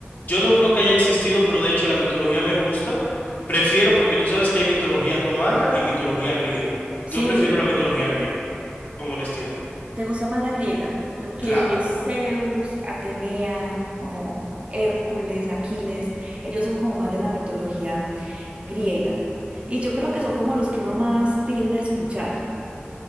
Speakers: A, on the left; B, on the right.
A: Yo no creo que haya existido, pero de hecho la mitología me gusta. Prefiero porque tú sabes que hay mitología romana y mitología griega.
B: sí.
A: Yo prefiero la mitología griega, con honestidad.
B: ¿Te gusta más la griega? Lo que
A: Claro.
B: es Zeus, Atenea, como Hércules, Aquiles, ellos son como más de la mitología griega. Y yo creo que son como los que uno más tiende a escuchar.